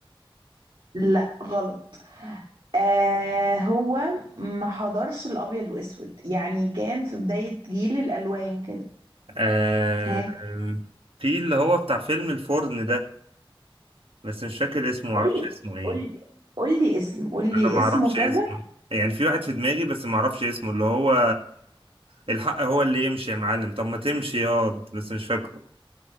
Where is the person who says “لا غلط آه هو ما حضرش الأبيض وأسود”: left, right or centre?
Right